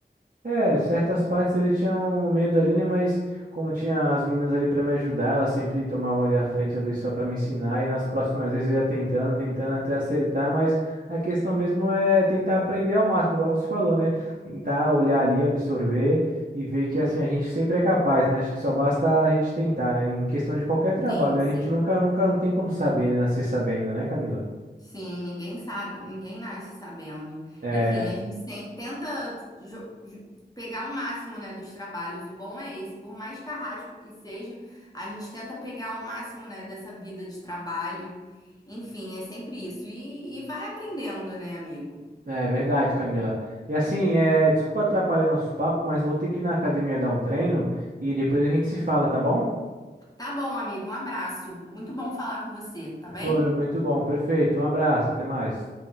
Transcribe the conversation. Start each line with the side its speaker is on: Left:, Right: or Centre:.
Right: É, certas partes ele tinha um medo ali, né? Mas como tinha as meninas ali pra me ajudar, elas sempre tomavam ali a frente, às vezes só pra me ensinar, e nas próximas vezes eu ia tentando, tentando até acertar, mas a questão mesmo é tentar aprender ao máximo, igual você falou, né? Tentar olhar ali, absorver e ver que assim a gente sempre é capaz, né? Acho que só basta a gente tentar, né? Em questão de qualquer trabalho,
Left: Sim,
Right: a
Left: sim.
Right: gente nunca, nunca não tem como saber, né? Nascer sabendo, né, Camila?
Left: Sim, ninguém sabe, ninguém nasce sabendo.
Right: É.
Left: Enfim, a gente tem- tenta jo- ju- pegar o máximo, né, dos trabalhos. O bom é esse, por mais carrasco que seja, a gente tenta pegar o máximo, né, dessa vida de trabalho. Enfim, é sempre isso. E, e vai aprendendo, né, amigo?
Right: É verdade, Camila. E assim, é, desculpa atrapalhar nosso papo, mas vou ter que ir na academia dar um treino e depois a gente se fala, tá bom?
Left: Tá bom, amigo, um abraço. Muito bom falar com você, tá bem?
Right: Foi muito bom, perfeito. Um abraço, até mais.